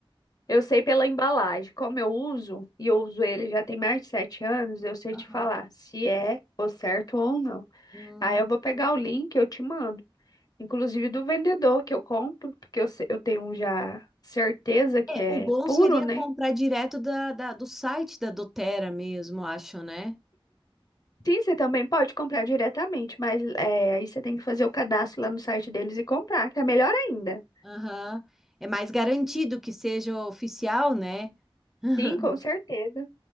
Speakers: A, on the left; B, in the centre.
A: eu sei pela embalagem. Como eu uso, e eu uso ele já tem mais de sete anos, eu sei
B: Aham.
A: te falar se é o certo ou não.
B: Hum,
A: Aí eu vou pegar o link, eu te mando. Inclusive do vendedor que eu compro, porque eu, se- eu tenho já certeza que
B: é,
A: é
B: o bom
A: puro,
B: seria
A: né?
B: comprar direto da, da- do site da DoTerra mesmo, acho, né?
A: Sim, você também pode comprar diretamente, mas é, aí você tem que fazer o cadastro lá no site deles e comprar, que é melhor ainda.
B: Aham. É mais garantido que seja oficial, né? <laughs>
A: Sim, com certeza,